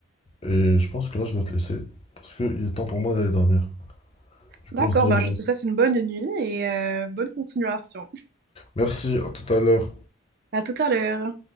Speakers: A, on the left; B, on the right.
A: et je pense que là, je dois te laisser parce qu'il est temps pour moi d'aller dormir. Du
B: D'accord,
A: coup, on se dit
B: bah,
A: à-
B: je te souhaite une bonne nuit et euh, bonne continuation.
A: merci, à tout à l'heure.
B: À tout à l'heure.